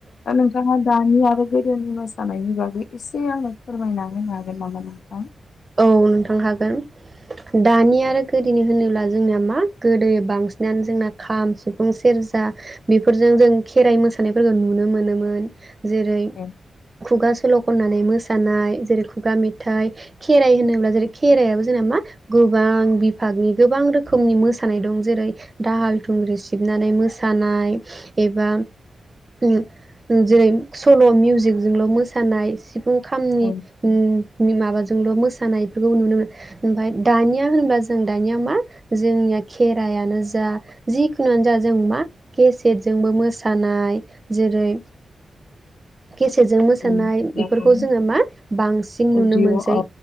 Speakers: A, on the left; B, on the right.
A: ओ नोंथाङा दानि आरो गोदोनि मोसानायनि बागै एसे आंनो फोरमायना होनो हागोन नामा नोंथां?
B: औ नोंथां हागोन दानि आरो गोदोनि होनोब्ला जोंनिया मा गोदोयो बांसिनानो जोंना खाम सिफुं सेरजा बेफोरजों जों खेराइ मोसानायफोरखौ नुनो मोनोमोन जेरै
A: ए
B: खुगा सल' खननानै मोसानाय जेरै खुगा मेथाइ खेराइ होनोब्ला जेरै खेराइयाबो जोंना मा गोबां बिभागनि गोबां रोखोमनि मोसानाय दं जेरै दाहाल थुंग्रि सिबनानै मोसानाय एबा उम जेरै सल' मिउजिक जोंल' मोसानाय सिब फुं खामनि
A: औ
B: उम नि माबाज जोंल' मासानायफोरखौ नुनो मोनो ओमफाय दानिया होनबा जों दानिया मा जोंनिया खेराइयानो जा जिखुनुआनो जा जों मा केसेटजोंबो मोसानाय जेरै केसेटजों मोसानाय
A: उम
B: इफोरखौ
A: औ औ
B: जोङो मा बांसिन नुनो
A: अडिअ'
B: मोनसै
A: औ